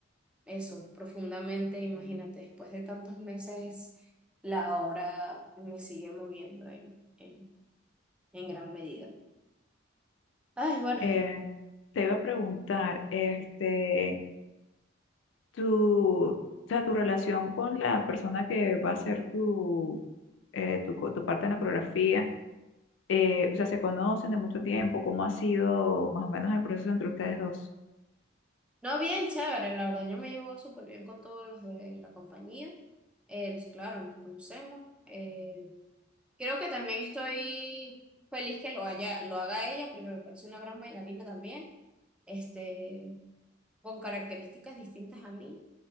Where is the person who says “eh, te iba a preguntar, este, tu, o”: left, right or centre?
Left